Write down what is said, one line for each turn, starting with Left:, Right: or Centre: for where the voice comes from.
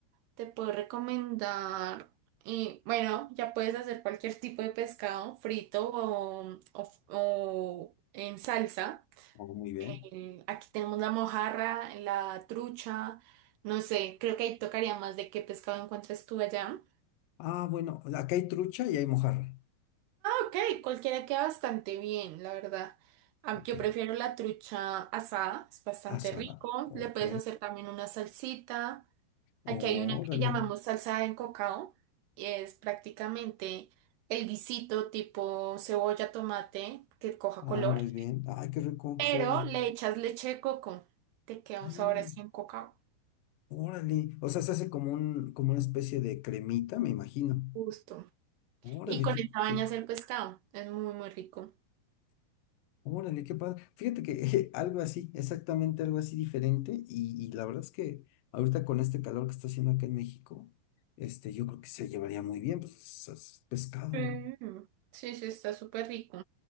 Right: te puedo recomendar, y bueno, ya puedes hacer cualquier tipo de pescado frito o, o o en salsa.
Left: Oh, muy bien.
Right: Eh, aquí tenemos la mojarra, la trucha, no sé, creo que ahí tocaría más de qué pescado encuentres tú allá.
Left: Ah, bueno, acá hay trucha y hay mojarra.
Right: Ok, cualquiera queda bastante bien, la verdad. Am-
Left: Ok.
Right: Yo prefiero la trucha asada, es bastante
Left: Asada.
Right: rico.
Left: Ok.
Right: Le puedes hacer también una salsita.
Left: Órale.
Right: Aquí hay una que llamamos salsa de cocao y es prácticamente el guisito tipo cebolla, tomate, que coja
Left: Ah,
Right: color,
Left: muy bien. Ay, qué rico
Right: pero
Left: se oye.
Right: le echas leche de coco. Te queda
Left: <gasps>
Right: un
Left: Ay,
Right: sabor así en cocao.
Left: órale. O sea, se hace como un, como una especie de cremita, me imagino.
Right: Justo.
Left: Órale,
Right: Y con
Left: qué
Right: esa baña
Left: rico.
Right: hacer pescado. Es muy, muy rico.
Left: Órale, qué padre. Fíjate que <laughs> algo así, exactamente algo así diferente. Y, y la verdad es que ahorita con este calor que está haciendo acá en México, este, yo creo que se llevaría muy bien, pues es pescado.
Right: Mm, Sí, sí, está súper rico.